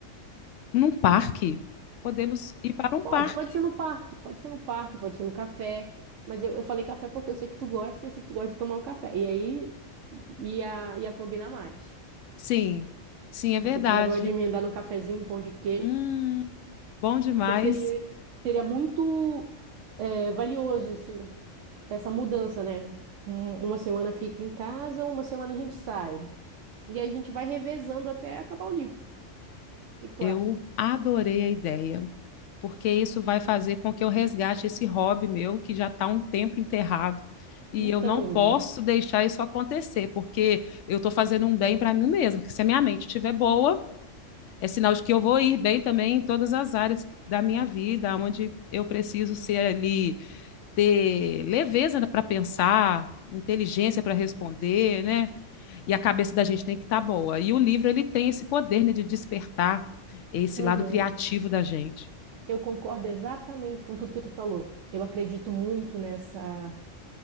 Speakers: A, on the left (about 75°); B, on the right (about 75°).
A: Num parque. Podemos ir para um
B: Pode,
A: parque.
B: pode ser no parque, pode ser no parque, pode ser no café. Mas eu, eu falei café porque eu sei que tu gosta e eu sei que tu gosta de tomar um café. E aí ia, ia combinar mais.
A: Sim, sim, é verdade.
B: Porque tu já gosta de emendar num cafezinho, pão de queijo.
A: Hum, bom demais.
B: Então seria, seria muito é, valioso esse, essa mudança, né? Um- uma semana fica em casa, uma semana a gente sai. E a gente vai revezando até acabar o livro. O que que tu
A: Eu
B: acha?
A: adorei a ideia, porque isso vai fazer com que eu resgate esse hobby meu que já está um tempo enterrado. E
B: Então,
A: eu não posso
B: menina.
A: deixar isso acontecer, porque eu estou fazendo um bem para mim mesma. Porque se a minha mente estiver boa, é sinal de que eu vou ir bem também em todas as áreas da minha vida, onde eu preciso ser ali, ter leveza para pensar, inteligência para responder, né? E a cabeça da gente tem que estar tá boa. E o livro ele tem esse poder né, de despertar esse
B: Uhum.
A: lado criativo da gente.
B: Eu concordo exatamente com tudo que tu falou. Eu acredito muito nessa